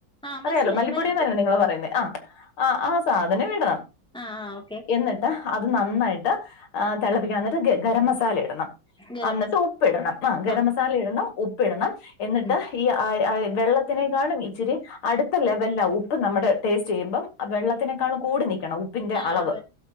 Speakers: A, in the centre; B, on the left.
A: ആഹ്
B: അറിയാലോ
A: മനസ്സിലായി
B: മല്ലിപ്പൊടിയന്ന്
A: മല്ലിപ്പൊടി
B: തന്നെ നിങ്ങള് പറയുന്നേ ആ ആ ആ സാധനം വിടണം
A: ആ ആ
B: എന്നിട്ട് അത് നന്നായിട്ട് തിളപ്പിക്കണം എന്നിട്ട് ഗരം മസാല ഇടണം
A: ഗരം
B: എന്നന്നിട്ട്
A: മസ
B: ഉപ്പിടണം ആ ഗരം
A: ആഹ്
B: മസാല ഇടണം ഉപ്പിടണം എന്നിട്ട്
A: ഉം
B: ഈ ആ വെള്ളത്തിനെക്കാളും ഇച്ചിരി അടുത്ത ലെവലില ഉപ്പ് നമ്മുടെ ടേസ്റ്റ് ചെയ്യുമ്പം വെള്ളത്തിനേക്കാൾും കൂടി നൽക്കണം ഉപ്പിന്റെ
A: ആഹ്
B: അളവ്